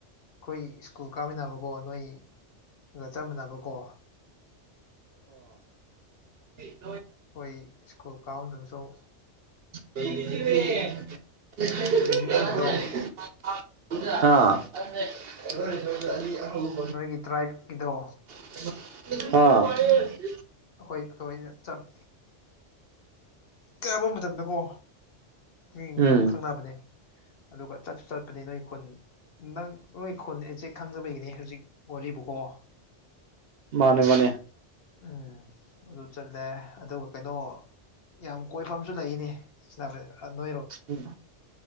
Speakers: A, on the left (about 55°); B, on the right (about 60°).
A: ꯑꯩꯈꯣꯏ ꯁ꯭ꯀꯨꯜ ꯀꯥꯃꯤꯟꯅꯕꯀꯣ ꯅꯣꯏꯒ ꯆꯃꯤꯟꯅꯕꯀꯣ
B: ꯑꯣ
A: ꯍꯣꯏ ꯁ꯭ꯀꯨꯜ ꯀꯥꯎꯟꯗꯨꯅꯁꯨꯣ
B: <unintelligible>
A: ꯃꯤꯁꯤꯡꯗꯣ
B: ꯑꯥ
A: ꯅꯣꯏꯒꯤ ꯇ꯭ꯔꯥꯏꯠꯀꯤꯗꯣ
B: ꯑ
A: ꯑꯩꯈꯣꯏ ꯀꯅ ꯀꯌꯥꯕ ꯃꯇꯝꯗ ꯀꯣ ꯃꯤ
B: ꯎꯝ
A: ꯌꯥꯝ ꯈꯪꯅꯕꯅꯦ ꯑꯗꯨꯒ ꯆꯠꯁꯨ ꯆꯠꯄꯅꯤ ꯅꯣꯏ ꯈꯨꯟ ꯅꯪ ꯍꯣꯏ ꯈꯨꯆꯦꯛ ꯈꯪꯗꯕꯒꯤꯅꯤ ꯍꯧꯖꯤꯛ ꯋꯥꯔꯤꯕꯀꯣ
B: ꯃꯥꯅꯦ ꯃꯥꯅꯦ
A: ꯎꯝ ꯑꯗꯨ ꯆꯠꯂꯦ ꯑꯗꯨꯒ ꯀꯩꯅꯣ ꯌꯥꯝ ꯀꯣꯏꯐꯝꯁꯨ ꯂꯩꯅꯤ <unintelligible>
B: ꯎꯝ